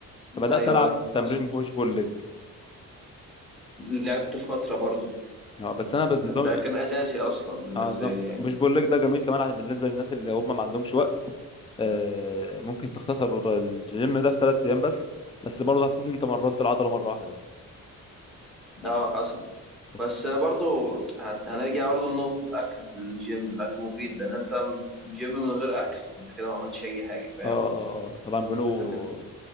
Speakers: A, on the left; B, in the centre.
A: فبدأت
B: ايوه
A: ألعب
B: ايوه
A: تمرين
B: حصل
A: بوش بول ليج
B: لعبته فتره برضو
A: اه بس أنا بنظام
B: ده كان اساسي اصلا بالنسبه
A: اه نظام
B: لي يعني
A: بوش بول ليج ده جميل كمان عشان بالنسبة للناس اللي هم ما عندهمش وقت آه، ممكن تختصر الجيم ده في ثلاث ايام بس بس برضه هتكون انت مرنت العضله مره واحده بس
B: اه حصل
A: بس-
B: بس برضو هت- هنرجع برضو لنقطة الأكل في الجيم الأكل مفيد لأن أنت جيم من غير أكل أنت كده ما عملتش أي حاجة فاهم
A: اه اه آه، آه. طبعا بيقولوا
B: أنت